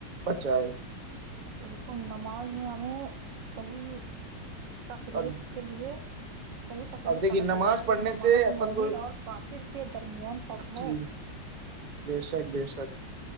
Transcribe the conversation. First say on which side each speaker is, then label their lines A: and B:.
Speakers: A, on the right; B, on the right.
A: اچھا ہے
B: بالکل نماز میں ہمیں صحیح تقریر
A: اور
B: کے لیے جی <inaudible> <inaudible> صحیح تقریر
A: اب دیکھیے
B: پتہ
A: نماز
B: چل جاتی
A: پڑھنے
B: ہے نماز
A: سے اپن
B: مومن
A: کو
B: اور کافر کے درمیان فرق
A: جی
B: ہے
A: بے شک بے شک